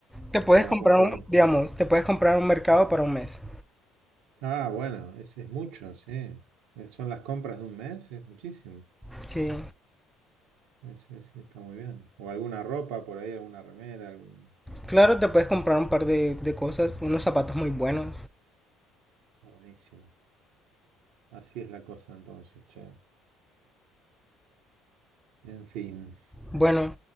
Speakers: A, in the centre; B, on the right.
A: Te puedes
B: para
A: comprar
B: comprarte.
A: un, digamos, te puedes comprar un mercado para un mes.
B: Ah, bueno, es, es mucho, sí. Eh, Son las compras de un mes, es muchísimo.
A: Sí.
B: Es- es- está muy bien. O alguna ropa por ahí, alguna remera, algún...
A: Claro, te puedes comprar un par de, de cosas, unos zapatos muy buenos.
B: Está buenísimo. Así es la cosa entonces, che. En fin.
A: Bueno,